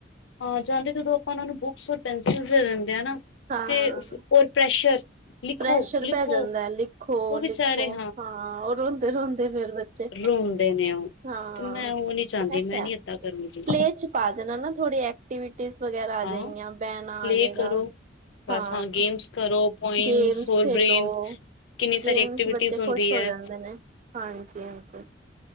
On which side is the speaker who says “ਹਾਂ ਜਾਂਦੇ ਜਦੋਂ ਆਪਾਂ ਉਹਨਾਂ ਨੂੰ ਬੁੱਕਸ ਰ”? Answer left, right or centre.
Left